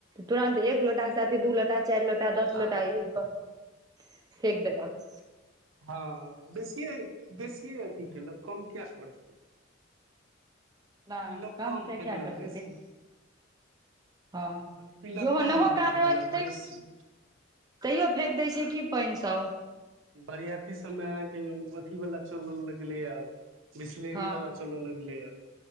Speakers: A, on the right; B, on the right.
A: तुरंत एक लोटा के साथी दू लोटा चार लोटा ते दस
B: आ
A: लोटा ये क फेक देलक
B: हँ बेसिए बेसिए अथि केलक कम किएक करतै
A: नहि
B: पीलक कम
A: से
B: फेेकलक
A: क्या करते
B: बेसी
A: हँ
B: पीलक
A: जेहो नहो
B: कम
A: काज
B: फेकलक
A: रहै छै तैयो
B: बेसी
A: तैयो फेेक दै छय की पानिसभ
B: बरयाती सभमे अहाँके अथी वला चलल लगलए आब बिसलैरी
A: हँ
B: वाला चलऽ लगलै य